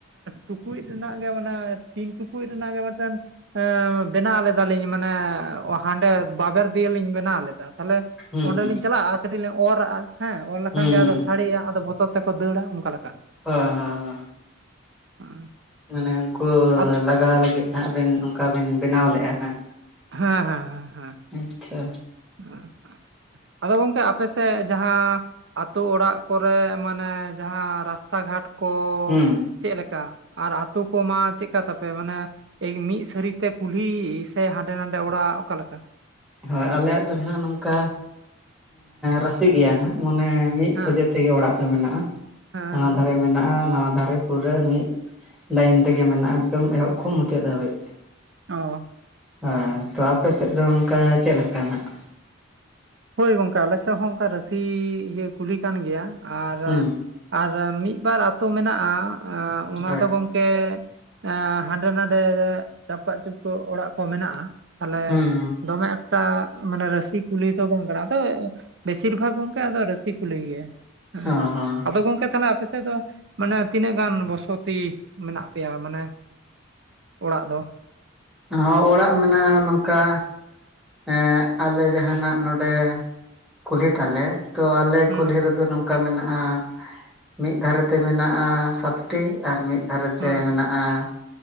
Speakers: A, on the right (about 60°); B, in the centre.
A: ᱴᱩᱠᱩᱡ ᱨᱮᱱᱟᱜ ᱜᱮ ᱢᱟᱱᱮ ᱛᱤᱱ ᱴᱩᱠᱩᱡ ᱨᱮᱱᱟᱜ ᱜᱮ ᱢᱮᱫᱴᱮᱱ ᱮᱸ ᱵᱮᱱᱟᱣ ᱞᱮᱫᱟᱞᱤᱧ ᱢᱟᱱᱮ ᱦᱟᱸᱰᱮ ᱵᱟᱵᱮᱨ ᱫᱤᱭᱮ ᱞᱤᱧ ᱵᱮᱱᱟᱣ ᱞᱮᱫᱟ, ᱛᱟᱦᱚᱞᱮ
B: ᱦᱩᱸ
A: ᱚᱸᱰᱮ
B: ᱦᱩᱸ
A: ᱞᱤᱧ ᱪᱟᱞᱟᱜᱼᱟ ᱟᱨ ᱠᱟᱹᱴᱤᱡ ᱞᱤᱧ ᱚᱨᱟᱜᱼᱟ ᱦᱮᱸ ᱚᱨ ᱞᱮᱠᱷᱟᱱ
B: ᱦᱩᱸ
A: ᱜᱮ ᱟᱫᱚ ᱥᱟᱹᱲᱮᱜᱼᱟ ᱟᱫᱚ ᱵᱚᱛᱚᱨ ᱛᱮᱠᱚ ᱫᱟᱹᱲᱟ ᱚᱱᱠᱟ ᱞᱮᱠᱟ᱾
B: ᱦᱮᱸ ᱦᱮᱸ᱾
A: ᱦᱮᱸ
B: ᱢᱟᱱᱮ ᱩᱱᱠᱩ
A: ᱟᱫᱚ
B: ᱞᱟᱜᱟ ᱞᱟᱹᱜᱤᱫ ᱦᱟᱸᱜ ᱵᱤᱱ ᱚᱱᱠᱟ ᱵᱤᱱ ᱵᱮᱱᱟᱣ ᱞᱮᱫᱼᱟ ᱦᱟᱸᱜ᱾
A: ᱦᱟᱸ ᱦᱟᱸ ᱦᱟᱸ ᱦᱟᱸ
B: ᱟᱪᱪᱷᱟ᱾
A: <inaudible> ᱟᱫᱚ ᱜᱚᱝᱠᱮ ᱟᱯᱮ ᱥᱮᱫ ᱡᱟᱦᱟᱸ ᱟᱹᱛᱩ ᱚᱲᱟᱜ ᱠᱚᱨᱮ ᱢᱟᱱᱮ ᱡᱟᱦᱟᱸ ᱨᱟᱥ ᱛᱟ ᱜᱷᱟᱴ ᱠᱚ
B: ᱦᱩᱸ
A: ᱪᱮᱫ ᱞᱮᱠᱟ? ᱟᱨ ᱟᱛᱳ ᱠᱚᱢᱟ ᱪᱮᱫᱠᱟ ᱛᱟᱯᱮ? ᱢᱟᱱᱮ ᱮᱜ ᱢᱤᱫ ᱥᱟᱹᱨᱤᱛᱮ ᱠᱩᱞᱦᱤ ᱥᱮ ᱦᱟᱸᱰᱮ ᱱᱟᱰᱮ ᱚᱲᱟᱜ ᱚᱠᱟᱞᱮᱠᱟ?
B: ᱦᱳᱭ ᱟᱞᱮᱭᱟᱜ ᱫᱚ ᱱᱟᱦᱟᱜ ᱱᱚᱝᱠᱟ ᱨᱟᱥᱤ ᱜᱮᱭᱟ ᱱᱟᱜ ᱢᱟᱱᱮ ᱢᱤᱫ
A: ᱦᱮᱸ
B: ᱥᱚᱡᱷᱮ ᱛᱮᱜᱮ ᱚᱲᱟᱜ ᱫᱚ ᱢᱮᱱᱟᱜᱼᱟ
A: ᱦᱮᱸ
B: ᱾ᱦᱟᱱᱟ
A: ᱦᱮᱸ
B: ᱫᱷᱟᱨᱮ ᱢᱮᱱᱟᱜᱼᱟ ᱱᱟᱣᱟ ᱫᱷᱟᱨᱮ ᱯᱩᱨᱟᱹ ᱢᱤᱫ ᱞᱟᱭᱤᱱ ᱛᱮᱜᱮ ᱢᱮᱱᱟᱜᱼᱟ ᱮᱠᱫᱚᱢ ᱮᱦᱚᱵ ᱠᱷᱚᱱ ᱢᱩᱪᱟᱹᱫ ᱫᱷᱟᱹᱵᱤᱡ᱾
A: ᱚ᱾
B: ᱦᱮᱸ ᱛᱚ ᱟᱯᱮ ᱥᱮᱫ ᱫᱚ ᱚᱱᱠᱟ ᱪᱮᱫ ᱞᱮᱠᱟ ᱱᱟᱜᱟᱜ?
A: ᱦᱳᱭ ᱜᱚᱝᱠᱮ ᱟᱞᱮᱥᱮᱫ ᱦᱚᱸ ᱚᱱᱠᱟ ᱨᱟᱹᱥᱤ ᱤᱭᱟᱹ ᱠᱩᱞᱤ ᱠᱟᱱ ᱜᱮᱭᱟ ᱟᱨ,
B: ᱦᱩᱸ
A: ᱟᱨ ᱢᱤᱫ ᱵᱟᱨ ᱟᱛᱩ ᱢᱮᱱᱟᱜᱼᱟ, ᱟᱸ ᱚᱱᱟ
B: ᱦᱳᱭ
A: ᱫᱚ ᱜᱚᱝ- ᱠᱮ ᱮᱸ ᱦᱟᱸᱰᱮ ᱱᱷᱟᱰᱮ ᱪᱟᱯᱠᱟᱜ ᱪᱩᱯᱠᱟᱹᱜ ᱚᱲᱟᱜ ᱠᱚ ᱢᱮᱱᱟᱜᱼᱟ, ᱛᱟᱦᱮᱞᱮ
B: ᱦᱩᱸ
A: ᱫᱚᱢᱮ ᱮᱠᱴᱟ ᱢᱟᱱᱮ ᱨᱟᱹᱥᱤ ᱠᱩᱞᱦᱤ ᱫᱚ ᱵᱚᱝᱜᱽᱲᱟ ᱫᱚᱭ ᱵᱮᱥᱤᱨ ᱵᱷᱟᱜᱽ ᱜᱚᱝᱠᱮ ᱟᱫᱚ ᱨᱟᱹᱥᱤ ᱠᱩᱞᱦᱤ ᱜᱮ ᱾ ᱦᱮᱸ
B: ᱦᱚᱸ ᱦᱚᱸ
A: ᱟᱫᱚ ᱜᱚᱝᱠᱮ ᱛᱟᱦᱮᱞᱮ ᱟ ᱯᱮ ᱥᱮᱫ ᱫᱚ ᱢᱟᱱᱮ ᱛᱤᱱᱟᱹᱜ ᱜᱟᱱ ᱵᱚᱥᱚᱛᱤ ᱢᱮᱱᱟᱜ ᱯᱮᱭᱟ, ᱢᱟᱱᱮ ᱚᱲᱟᱜ ᱫᱚ?
B: ᱦᱚᱸ ᱚᱲᱟᱜ ᱢᱮᱱᱟᱜᱼᱟ ᱱᱚᱝᱠᱟ ᱮᱸ ᱟᱞᱮ ᱡᱟᱦᱟᱸᱱᱟᱜ ᱱᱚᱰᱮ ᱠᱩᱞᱦᱤ ᱛᱟᱞᱮ ᱛᱚ ᱟᱞᱮ
A: ᱦᱩᱸ
B: ᱠᱩᱞᱦᱤ ᱨᱮᱫᱚ ᱱᱚᱝ ᱠᱟ ᱢᱮᱱᱟᱜᱼᱟ ᱢᱤᱫ ᱫᱷᱟᱨᱮ ᱛᱮ ᱢᱮᱱᱟᱜᱼᱟ ᱥᱟᱛ ᱴᱤ ᱟᱨ ᱢᱤᱫ ᱫᱷᱟᱨᱮ
A: ᱦᱩᱸ
B: ᱛᱮ ᱢᱮᱱᱟᱜ ᱟᱸ